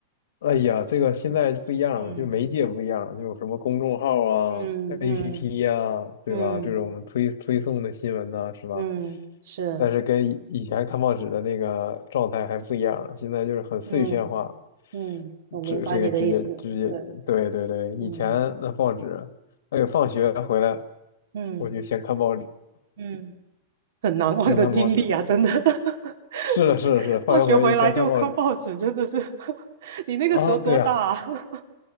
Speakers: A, on the left; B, on the right.
A: 哎呀，这个现在不一样了，
B: 嗯
A: 就媒介不一样了，就有什么公众号啊、
B: 嗯嗯
A: APP 呀、对吧？
B: 嗯
A: 这种推推送的新闻呐、是吧？
B: 嗯，是，
A: 但是跟以以前看报纸的那个状态还不一样了，现在就是很碎片化，
B: 嗯嗯，我明白你的意思，
A: 这这个直接直接，
B: 对，
A: 对对对，
B: 嗯
A: 以前那报纸，哎呦，放学回来
B: 嗯
A: 我就先看报纸，
B: 嗯，很难忘的经历啊，
A: 先看报纸，
B: 真的。<laughs>
A: 是的，
B: 回放学回来就看报纸，
A: 是的，是的，放学回来就先看报纸
B: 真的是。<laughs> 你那个时候多大啊？
A: 啊，对啊，
B: <laughs>